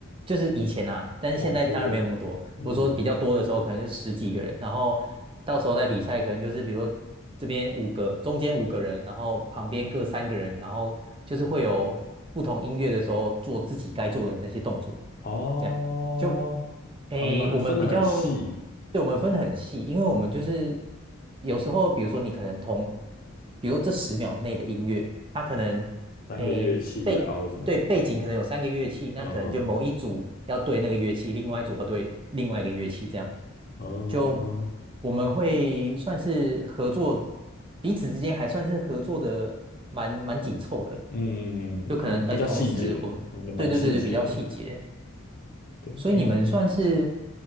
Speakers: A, on the right; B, on the left.
A: 就是以前啊，但是现在当然没有那么多。
B: 哦，哦很多哎，嗯，
A: 我说比较多的时候可能是十几个人，然后到时候在比赛可能就是比如说这边五个，中间五个人，然后旁边各三个人，然后就是会有不同音乐的时候做自己该做的那些动作，
B: 哦，
A: 这样。就诶，
B: 哦，你们很分得很细，
A: 我们比较，对，我们分得很细，因为我们就是有时候，比如说你可能同，比如说这十秒内的音乐，它可能
B: 三个乐器啊，
A: 诶背对背景可能有三个乐器，
B: 或什么，
A: 那可能就某一组要对那个乐器，
B: 嗯、
A: 另外一组要对另外一个乐器，这样
B: 嗯、
A: 就我们会算是合作，彼此之间还算是合作的蛮蛮紧凑的，
B: 嗯嗯，
A: 就可能诶同时我们对对对对比较细节。
B: 比较细节，嗯，蛮细节的，对，
A: 所以你们算是
B: 因为我们